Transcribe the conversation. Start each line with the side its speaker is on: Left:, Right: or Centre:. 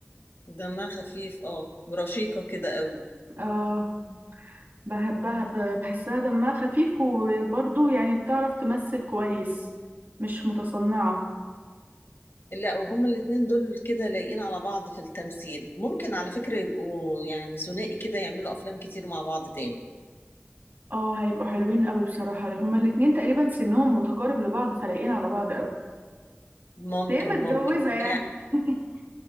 Left: دمها خفيف اه ورشيقة كده قوي
Right: اه بحبها ب- بحسها دمها خفيف وبرضه يعني بتعرف تمثل كويس مش متصنعة
Left: لا وهما الاتنين دول كده لايقين على بعض في التمثيل ممكن على فكرة يبقوا يعني ثنائي كده يعملوا أفلام كتير مع بعض تاني
Right: اه هيبقوا حلوين قوي بصراحة هما الاتنين تقريبا سنهم متقارب لبعض فلايقين على بعض قوي
Left: ممكن
Right: هي متجوزة
Left: ممكن
Right: يعني
Left: يعني
Right: <laughs>